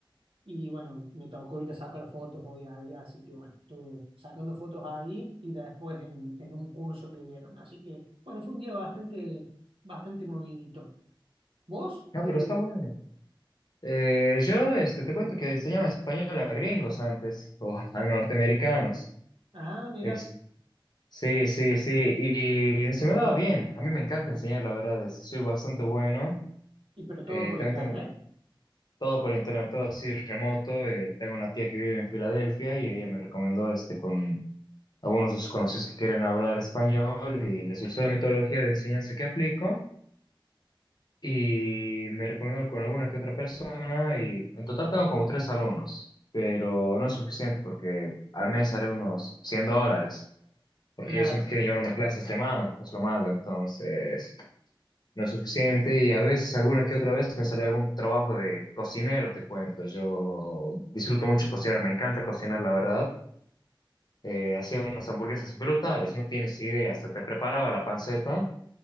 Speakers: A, on the right; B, on the left.
A: y bueno, me tocó ir a sacar fotos hoy ahí, así que bueno, estuve sacando fotos ahí y después en, en un curso que dieron. Así que bueno, fue un día bastante, bastante movidito. ¿Vos? De...
B: No, pero está bueno. Eh, yo este, te cuento que enseñaba español a gringos antes, o <laughs> a norteamericanos.
A: Ah, mira,
B: Es- sí, sí, sí, y, y se me daba bien. A mí me encanta enseñar, la verdad, es- soy bastante bueno.
A: y pero todo
B: Eh,
A: por
B: también
A: internet.
B: tengo todo por internet, todo así remoto. Eh, tengo una tía que vive en Filadelfia y ella me recomendó este, con algunos de sus conocidos que quieren hablar español y les gustó la metodología de enseñanza que aplico. y me recomiendo con alguna que otra persona y en total tengo como tres alumnos, pero no es suficiente porque al mes haré unos 100 dólares, porque
A: Claro,
B: ellos son- quieren llevar una clase a semana, es lo malo, entonces no es suficiente y a veces alguna que otra vez me sale algún trabajo de cocinero, te cuento, yo disfruto mucho cocinar, me encanta cocinar, la verdad. Eh, hacía unas hamburguesas brutales, no tienes idea, hasta te preparaba la panceta